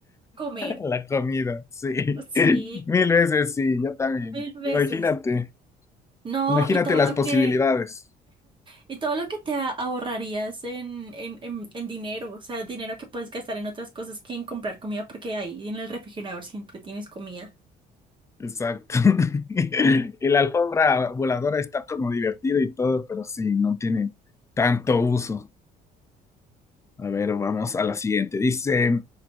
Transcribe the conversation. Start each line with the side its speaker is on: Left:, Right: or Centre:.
Right: comer.
Left: La comida, sí.
Right: Sí,
Left: Mil veces sí, yo también.
Right: mil veces.
Left: Imagínate,
Right: No,
Left: imagínate
Right: y todo
Left: las
Right: lo
Left: posibilidades.
Right: que, y todo lo que te a- ahorrarías en, en, en, en dinero, o sea, dinero que puedes gastar en otras cosas que en comprar comida, porque ahí en el refrigerador siempre tienes comida.
Left: Exacto. <laughs> Y la alfombra voladora está como divertida y todo, pero sí, no tiene tanto uso. A ver, vamos a la siguiente. Dice,